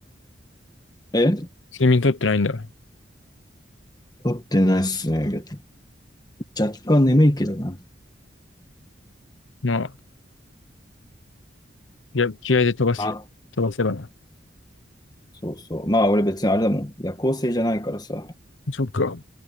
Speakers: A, on the left; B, on the left.
A: う。え
B: 睡眠取ってないんだ。
A: 撮ってないっすね。若干眠いけどな。
B: まあ、いや、気合で飛ばし、
A: あ、
B: 飛ばせばな。
A: そうそう。まあ、俺別にあれだもん。夜行性じゃないからさ、
B: そっか。